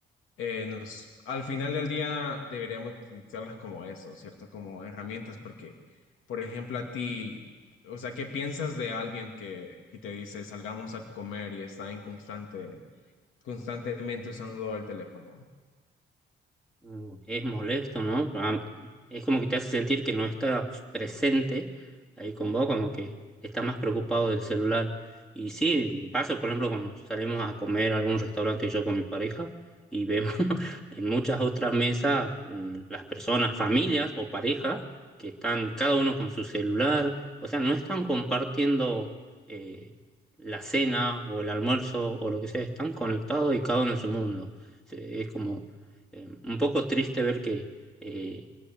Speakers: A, on the left; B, in the centre.
A: eh, nos, al final del día deberíamos utilizarlas como eso, ¿cierto? Como herramientas, porque, por ejemplo, a ti, o sea, ¿qué piensas de alguien que, que te dice salgamos a comer y está en constante, constantemente usando el teléfono?
B: Mm, Es molesto, ¿no? Ah, Es como que te hace sentir que no está presente ahí con vos, como que está más preocupado del celular. Y sí, me pasa, por ejemplo, cuando salimos a comer a algún restaurante yo con mi pareja y vemos <laughs> en muchas otras mesas mm, las personas, familias o parejas, que están cada uno con su celular, o sea, no están compartiendo eh, la cena o el almuerzo o lo que sea, están conectados y cada uno en su mundo. Se- Es como eh, un poco triste ver que eh,